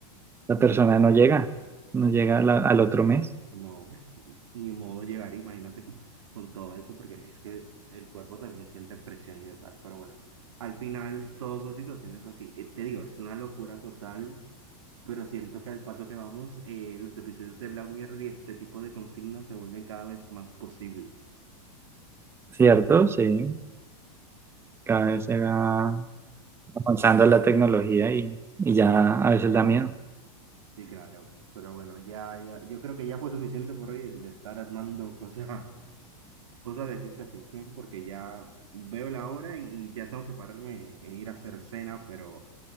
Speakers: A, on the right; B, on the right.
A: la
B: Sí,
A: persona no llega, no
B: sí.
A: llega a la- al otro mes,
B: No, ni modo llegar, imagínate con todo eso, porque es que el cuerpo también siente presión y tal, pero bueno, al final todas son situaciones así. Eh, te digo, es una locura total, pero siento que al paso que vamos, eh, los episodios de Black Mirror y este tipo de consignas se vuelven cada vez más posibles.
A: ¿cierto? Sí, cada vez se va avanzando la tecnología y, y ya a veces da miedo,
B: Sí, claro, pero bueno, ya, ya, yo creo que ya fue suficiente por hoy de, de estar armando <laughs> cosas, cosas de ciencia ficción, porque ya veo la hora y, y ya tengo que pararme e ir a hacer cena, pero...